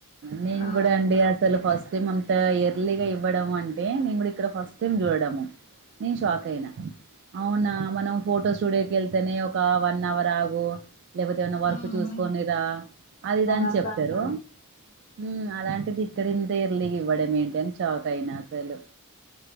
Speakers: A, on the right; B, on the left.
A: మేము
B: ఆ
A: కూడా అండి అస అసలు ఫస్ట్ టైం అంతా ఎర్లీగా ఇవ్వడం అంటే మేము కూడా ఇక్కడ ఫస్ట్ టైం చూడడము నేను షాక్ అయినా అవునా మనం ఫోటో స్టూడియోకి వెళ్తేనే ఒక వన్ అవర్ ఆగు లేకపోతే ఏమన్నా వర్క్
B: ఆ
A: చూసుకోని
B: మన్
A: రా అది ఇదనీ
B: అవును
A: అని
B: అట్లా
A: చెప్తారు
B: అంటారు
A: మ్మ్ అలాంటిది ఇక్కడ ఇంత ఎర్లీగా ఇవ్వడమేంటని షాక్ అయినా అసలు